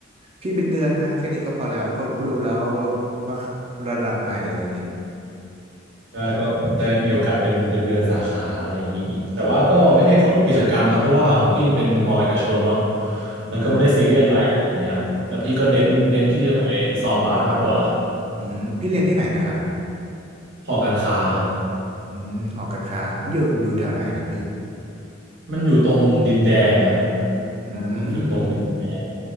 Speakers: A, on the right; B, on the right.
A: พี่เป็นเดือนนะแค่นี้ก็พอแล้วก็ก็รู้แล้วว่าว่าว่าระดับไหนอะไรอย่างงี้
B: ใช่ก็ได้มีโอกาสเป็นเป็นเดือนสาขาอะไรอย่างนี้แต่ว่าก็ไม่ได้เข้ากิจกรรมครับเพราะว่าของพี่มันเป็นมอเอกชนเนาะ
A: อืมอืม
B: มันก็ไม่ได้ซีเรียสอะไรอะไรอย่างเงี้ยแต่พี่ก็เน้นเน้นที่จะไปซ้อมบาสมากกว่า
A: พี่อืมพี่เรียนที่ไหนนะครับ
B: หอการค้าครับ
A: อืมหอการค้าอยู่อยู่แถวไหนนะพี่
B: มันอยู่ตรงดินแดงอ่ะ
A: อืม
B: มันอยู่ตรงดินแดง